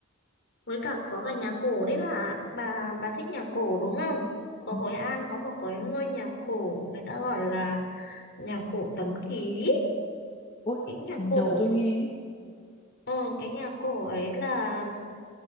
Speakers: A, on the left (about 55°); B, on the left (about 30°).
A: với cả có cả nhà cổ đấy bà bà bà thích nhà cổ đúng không ở
B: Ừ.
A: Hội An có một cái ngôi nhà cổ người ta gọi là nhà cổ Tấn Ký
B: ôi
A: cái nhà
B: lần
A: cổ
B: đầu tôi nghe ấy.
A: ờ, cái nhà cổ ấy là